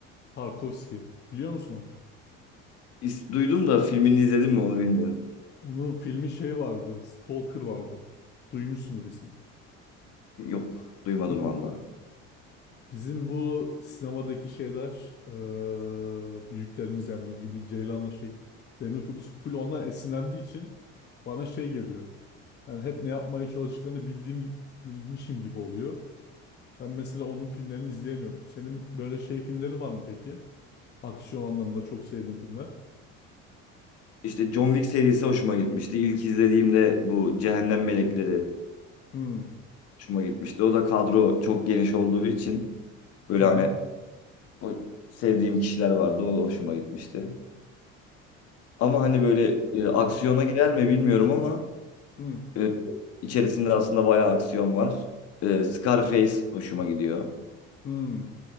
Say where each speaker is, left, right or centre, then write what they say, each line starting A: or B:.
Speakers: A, on the left; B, on the left.
A: Tarkovski. Biliyor musun onu?
B: İs- Duydum da filmini izledim mi onu bilmiyorum.
A: Onun filmi şey vardı. Stalker vardı. Duymuşsundur ismini.
B: Yok, duymadım
A: Duyuyor
B: valla.
A: musun? Bizim bu sinemadaki şeyler eee, büyüklerimiz yani Nuri Bilge Ceylan'la şey Demir Kubus full ona esinlendiği için bana şey geliyor. Yani hep ne yapmaya çalıştıklarını bildiğim bilmişim gibi oluyor. Ben mesela onun filmlerini izleyemiyorum. Senin böyle şey filmleri var mı peki? Aksiyon anlamında çok sevdiğin filmler.
B: İşte John Wick serisi hoşuma gitmişti. İlk izlediğimde bu Cehennem Melekleri
A: Hmm.
B: hoşuma gitmişti. O da kadro çok geniş olduğu için böyle
A: Hı hı.
B: hani o sevdiğim kişiler vardı. O da hoşuma gitmişti. Ama hani
A: Bil
B: böyle e, aksiyona
A: hı.
B: girer mi bilmiyorum ama
A: Hı.
B: e, içerisinde aslında bayağı aksiyon var. E, Scarface hoşuma gidiyor.
A: Hı.